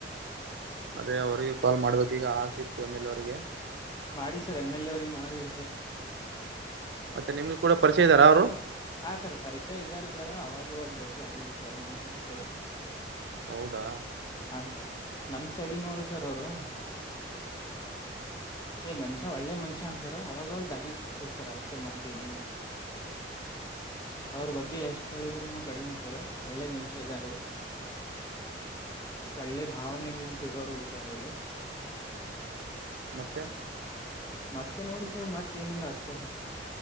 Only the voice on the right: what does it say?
ಅದೇ ಅವರ್ಗೆ ಕಲ್ ಮಾಡ್ಬೇಕು ಈಗ <unintelligible> ಎಮ್ ಎಲ್ ಎ ಅವರ್ಗೆ.
ಮತ್ತೆ ನಿಮ್ಗೆ ಕೂಡ ಪರಿಚಯ ಇದಾರ ಅವರು
ಹೌದಾ
ಮತ್ತೆ